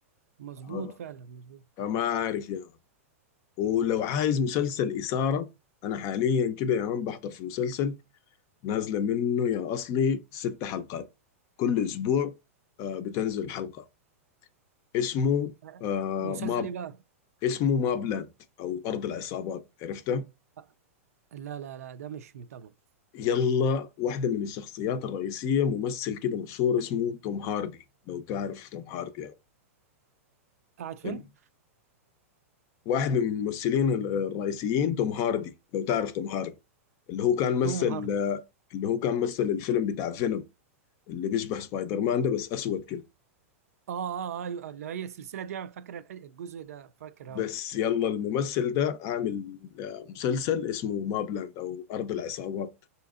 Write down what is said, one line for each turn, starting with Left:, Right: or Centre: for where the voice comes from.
Right: مظبوط
Left: آه،
Right: فعلا مظبوط
Left: فما عارف يا مان ولو عايز مسلسل اثاره انا حاليا كده يا مان بحضر في مسلسل نازلة منه يا أصلي ست حلقات كل أسبوع آه، بتنزل حلقة اسمه
Right: آه،
Left: آه،
Right: مسلسل
Left: ماب
Right: ايه بقى؟
Left: اسمه ماب لاند أو أرض العصابات عرفتها
Right: آه، لا لا لا ده مش متابعه
Left: يلا واحدة من الشخصيات الرئيسية ممثل كده مشهور اسمه توم هاردي لو تعرف توم هاردي يعني
Right: قاعد فين؟
Left: ال- واحد من الممثلين ال- الرئيسيين توم هاردي لو تعرف توم هاردي اللي هو كان مثل
Right: توم هاردي
Left: آه، اللي هو كان مثل الفيلم بتاع فينوم اللي بيشبه سبايدر مان ده بس أسود كده
Right: اه اه آه، ايوه اللي هي السلسله دي انا فاكر الح- الجزء ده فاكر
Left: بس
Right: اه
Left: يلا الممثل ده عامل آه، مسلسل اسمه مابلاند او ارض العصابات